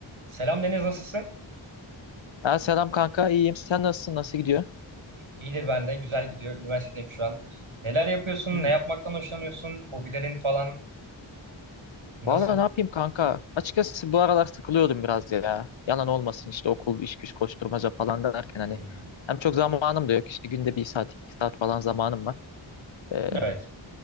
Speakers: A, on the right; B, on the left.
A: Selam Deniz nasılsın?
B: Ha, selam kanka iyiyim sen nasılsın nasıl gidiyor?
A: İyidir ben de güzel gidiyor. Üniversitedeyim şu an. Neler yapıyorsun?
B: Hmm.
A: Ne yapmaktan hoşlanıyorsun? Hobilerin falan nasıl?
B: Valla ne yapayım kanka açıkçası bu aralar sıkılıyordum biraz ya yalan olmasın işte okul iş güç koşturmaca falan derken hani
A: Hmm.
B: hem çok zamanım da yok işte günde bir saat iki saat falan zamanım var. Ee,
A: Evet.